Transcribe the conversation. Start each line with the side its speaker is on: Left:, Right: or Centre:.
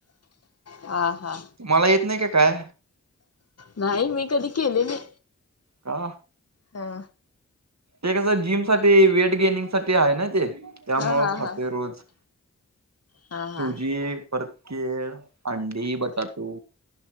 Left: आ, हा.
Right: तुम्हाला येत नाही कि काय?
Left: नाही मी कधी केली नाही.
Right: का?
Left: हा.
Right: ते कसं जिम साठी वेट गेनिंग साठी आहे ना ते, त्यामुळं
Left: हा हा
Right: खातोय
Left: हा
Right: रोज.
Left: हा
Right: सूजी,
Left: हा
Right: परतकेळ, अंडी, बटाटू.